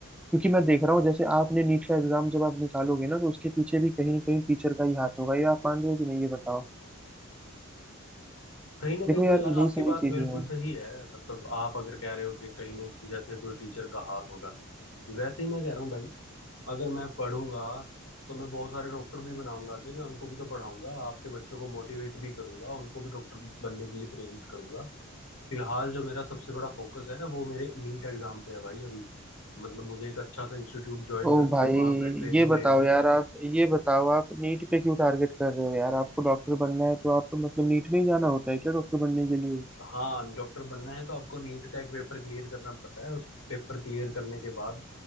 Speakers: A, in the centre; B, on the left.
A: क्योंकि मैं देख रहा हूँ जैसे आपने नीट का एग्जाम जब आप निकालोगे ना तो उसके पीछे भी कहीं ना कहीं टीचर का ही हाथ होगा ये आप मान रहे हो कि नहीं ये बताओ
B: कहीं ना
A: देखो
B: कहीं
A: यार
B: तो यार
A: यही
B: आपकी
A: सारी
B: बात
A: चीजें
B: बिल्कुल
A: हैं
B: सही है मतलब आप अगर कह रहे हो कि कहीं ना जैसे कोई टीचर का हाथ होगा वैसे ही मैं कह रहा हूँ भाई अगर मैं पढ़ूंगा तो मैं बहुत सारे डॉक्टर भी बनाऊंगा कि मैं उनको भी तो पढ़ाऊंगा आपके बच्चों को मोटिवेट भी करूंगा उनको भी डॉक्टर बनने के लिए प्रेरित करूंगा फिलहाल जो मेरा सबसे बड़ा फोकस है वो मेरे नीट एग्जाम पे है भाई अभी मतलब मुझे एक अच्छा सा इंस्टीट्यूट ज्वाइन
A: ओ
B: करके
A: भाई
B: वहां पे ट्रेनिंग
A: ये बताओ
B: लेनी है
A: यार आप ये बताओ आप नीट पे क्यों टारगेट कर रहे हो यार आपको डॉक्टर बनना है तो आपको मतलब नीट में ही जाना होता है क्या डॉक्टर बनने के लिए
B: हाँ डॉक्टर बनना है तो आपको नीट का एक पेपर क्लियर करना पड़ता है उस पेपर क्लियर करने के बाद